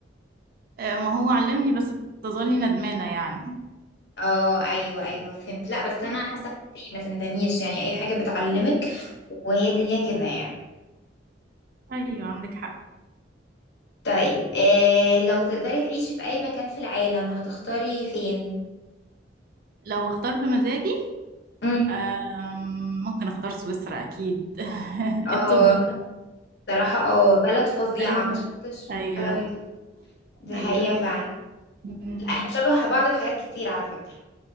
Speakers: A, on the right; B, on the left.
A: آه ما هو علمني بس بتظلي ندمانة يعني
B: اه ايوه ايوه فهمت لا بس انا
A: أي-
B: حاسه ان انتي ما تندميش يعني اي حاجه بتعلمك وهي الدنيا كده يعني
A: أيوة عندك حق
B: طيب إيه لو تقدري تعيشي في اي مكان في العالم هتختاري فين
A: لو اختار بمزاجي
B: امم
A: آه ممكن اختار سويسرا أكيد <laughs>
B: اه
A: الطب
B: صراحة اه بلد فظيعة
A: أيوة
B: ما شفتش
A: أيوة
B: حلاوتها دي حقيقة
A: أيوة
B: فعلا
A: مم.
B: لا احنا شبه بعض في حاجات كتير على فكرة